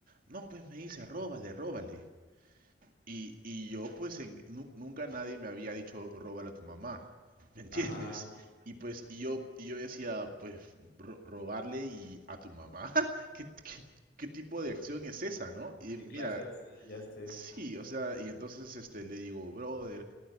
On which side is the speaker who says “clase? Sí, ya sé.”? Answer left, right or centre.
Left